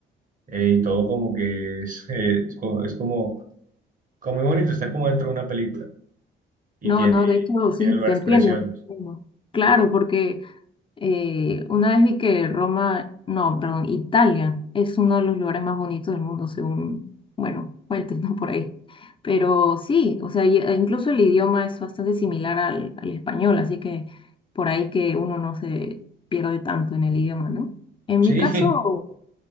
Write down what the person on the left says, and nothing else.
No,
no, de hecho, sí,
te entiendo.
Entiendo. Claro, porque Eh, una vez vi que Roma, no, perdón, Italia es uno de los lugares más bonitos del mundo, según, bueno, fuentes, <laughs> ¿no? Por ahí. Pero sí, o sea, y- e incluso el idioma es bastante similar al, al español, así que por ahí que uno no se pierde tanto en el idioma, ¿no? En
mi caso,